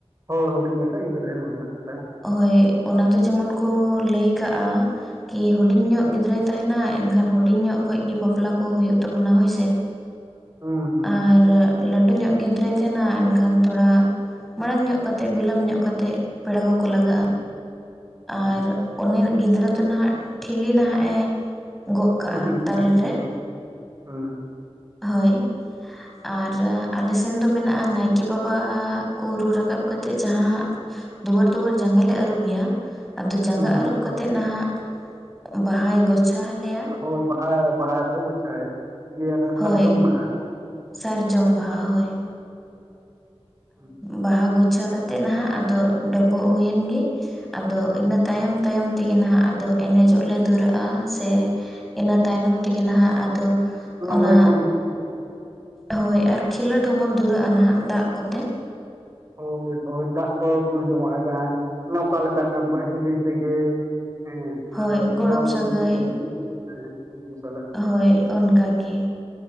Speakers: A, on the right; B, in the centre.
A: ᱦᱳᱭ ᱦᱩᱰᱤᱧ ᱢᱟᱪᱷᱟ ᱜᱤᱫᱽᱨᱟᱹ ᱦᱚᱲ ᱮ ᱛᱟᱦᱮᱱ ᱾
B: ᱦᱳᱭ ᱚᱱᱟ ᱫᱚ ᱡᱮᱢᱚᱱ ᱠᱚ ᱞᱟᱹᱭ ᱠᱟᱜᱼᱟ ᱠᱤ ᱦᱩᱰᱤᱧ ᱧᱚᱜ ᱜᱤᱫᱽᱨᱟᱹᱭ ᱛᱟᱦᱮᱱᱟ ᱮᱱᱠᱷᱟᱱ ᱦᱩᱰᱤᱧ ᱧᱚᱜ ᱠᱷᱚᱱ ᱜᱮ ᱵᱟᱯᱞᱟ ᱠᱚ ᱦᱩᱭᱩᱜ ᱛᱟᱵᱚᱱᱟ ᱦᱳᱭ ᱥᱮ ᱾
A: <inaudible> ᱦᱩᱸ
B: ᱟᱨ ᱞᱟᱹᱴᱩ ᱧᱚᱜ ᱜᱤᱫᱽᱨᱟᱹᱭ ᱛᱟᱦᱮᱱᱟ ᱮᱱᱠᱷᱟᱱ ᱛᱷᱚᱲᱟ ᱢᱟᱲᱟᱝ ᱧᱚᱜ ᱠᱟᱛᱮ ᱵᱤᱞᱚᱢ ᱧᱚᱜ ᱠᱟᱛᱮ ᱯᱮᱲᱟ ᱠᱚ ᱠᱚ ᱞᱟᱜ ᱾
A: ᱦᱩᱸ ᱦᱩᱸ
B: ᱟᱨ ᱩᱱᱤ ᱜᱤᱫᱽᱨᱟᱹ ᱫᱚ ᱱᱟᱦᱜ ᱴᱷᱤᱞᱤ ᱱᱟᱦᱜ ᱮ ᱜᱚᱜ ᱠᱟᱜᱼᱟ
A: ᱫᱤᱯᱤᱞ
B: ᱛᱟᱨᱮᱱ
A: ᱠᱟᱜᱼᱟᱭ
B: ᱨᱮ
A: ᱦᱳᱭ
B: ᱾
A: ᱦᱩᱸ ᱾
B: ᱦᱳᱭ ᱾ ᱟᱨ ᱟᱞᱮ ᱥᱮᱱ ᱫᱚ ᱢᱮᱱᱟᱜᱼᱟ ᱱᱟᱭᱠᱮ ᱵᱟᱵᱟ ᱠᱚ ᱨᱩ ᱨᱟᱠᱟᱵ ᱠᱟᱛᱮ ᱡᱟᱦᱟᱸ ᱦᱟᱸ ᱫᱩᱣᱟᱹᱨ ᱫᱩᱣᱟᱹᱨ ᱡᱟᱸᱜᱟ ᱞᱮ ᱟᱹᱨᱩᱵᱮᱭᱟ ᱾ ᱟᱫᱚ ᱡᱟᱸᱜᱟ
A: ᱦᱩᱸ
B: ᱟᱹᱨᱩᱵ ᱠᱟᱛᱮ ᱱᱟᱦᱜ ᱵᱟᱦᱟᱭ ᱜᱚᱪᱷᱟ ᱟᱞᱮᱭᱟ
A: ᱦᱚᱭ ᱵᱟᱦᱟᱭ ᱵᱟᱦᱟ ᱠᱚ ᱜᱚᱪᱷᱟᱭ ᱭᱮᱹ ᱥᱟᱨᱡᱚᱢ
B: ᱦᱳᱭ
A: ᱵᱟᱦᱟ ᱠᱚ
B: ᱥᱟᱨᱡᱚᱢ ᱵᱟᱦᱟ ᱦᱳᱭ
A: ᱦᱩᱸ
B: ᱵᱟᱦᱟ ᱜᱚᱪᱷᱟ ᱠᱟᱛᱮᱜ ᱱᱟᱦᱟᱜ ᱟᱫᱚ ᱰᱚᱹᱵᱚᱹᱜ ᱦᱩᱭᱮᱱ ᱜᱮ ᱟᱫᱚ
A: ᱦᱩᱸ
B: ᱤᱱᱟᱹ ᱛᱟᱭᱚᱢ ᱛᱟᱭᱚᱢ ᱛᱮ ᱜᱮ ᱱᱟᱦᱜ ᱟᱫᱚ ᱮᱱᱮᱡᱚᱜ ᱞᱮ ᱫᱷᱩᱨᱟᱹᱜᱼᱟ ᱥᱮ ᱤᱱᱟᱹ ᱛᱟᱭᱱᱚᱢ ᱛᱮ ᱜᱮ ᱱᱟᱦᱜ ᱟᱫᱚ
A: ᱞᱟᱝᱲᱮ
B: ᱚᱱᱟ
A: ᱠᱚ ᱮᱱᱮᱡ ᱛᱟᱦᱮᱸ ᱾
B: ᱦᱳᱭ ᱟᱨ ᱠᱷᱮᱞᱳᱰ ᱦᱚᱸᱵᱚᱱ ᱫᱷᱩᱨᱟᱹᱜᱼᱟ ᱱᱟᱦᱟᱜ ᱫᱟᱜ ᱠᱚᱛᱮ ᱾
A: ᱦᱳᱭ ᱦᱳᱭ ᱫᱟᱜ ᱠᱚ ᱫᱩᱞ ᱡᱚᱝᱚᱜᱼᱟ ᱡᱟᱦᱟᱸᱭ ᱱᱚᱝᱠᱟ ᱞᱮᱠᱟᱱ <unintelligible> ᱦᱤᱞᱤ ᱛᱮ ᱜᱮ ᱦᱮᱸ
B: ᱦᱳᱭ
A: ᱟᱨ ᱜᱚᱲᱚᱢ ᱵᱩᱰᱤ
B: ᱥᱟᱹᱜᱟᱹᱭ
A: ᱛᱮᱠᱚ ᱞᱮ ᱩᱱᱠᱩ ᱦᱮᱸ ᱩᱱᱠᱩ ᱥᱟᱞᱟᱜ ᱾
B: ᱦᱳᱭ ᱚᱱᱠᱟᱜᱮ